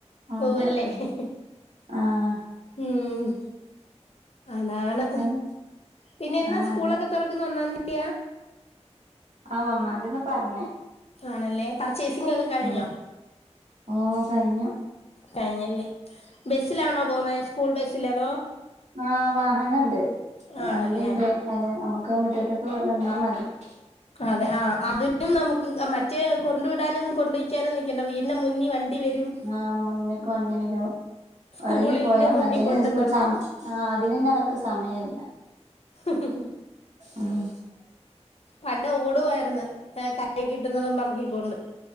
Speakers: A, on the right (about 85°); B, on the left (about 60°).
A: അതെ
B: പോവ്വല്ലേ ഹ്
A: ആഹ്
B: ഹ് ഹമ് അങ്ങനാണ്
A: അന്നെ
B: പിന്നൊ എന്നാ
A: ആഹ്
B: സ്കൂളൊക്കെ
A: അതെ
B: തുറക്കുന്ന ഒന്നാം തീ യാ
A: ആ ഒന്നാതിന്ന പറഞ്ഞേ
B: ആണല്ലേ പറ ചേസിങ് ഒക്കെ കഴിഞ്ഞോ
A: ആഹ് ഓ കഴിഞ്ഞു
B: കഴിഞ്ഞല്ലേ ബസ്സിലാണോ പോന്നേ സ്കൂൾ ബസ്സില് സ്സിലതോ
A: ആ വാഹനംണ്ട്
B: ആണല്ലേ
A: വണ്ടി ഉണ്ട് അല്ല നമുക്ക് മുറ്റത്തേക്ക് നിന്നാൽ മതി <unintelligible>
B: അതെ ആഹ് അതിനും നമുക്ക് മറ്റേ കൊണ്ടു വിടാനും കൊണ്ടയ്ക്കാനും നിക്കണ്ട വീടിന്റെ മുന്നിൽ വണ്ടി വരും
A: ആഹ് മുന്നക്ക് വണ്ടി വരോ
B: സ്കൂളിന്റെ
A: ഉറങ്ങി പോയാ <unintelligible>
B: മുന്നിൽ കൊണ്ട് നിർത്തും
A: ആഹ് അതിനാന്നെ അവർക്ക് സമ്മയില്ല
B: ഹമ് ഹമ്
A: ഉം
B: പണ്ട് ഓടുവായിരുന്ന് കൈ കിട്ടുന്നതും പറക്കിക്കൊണ്ട്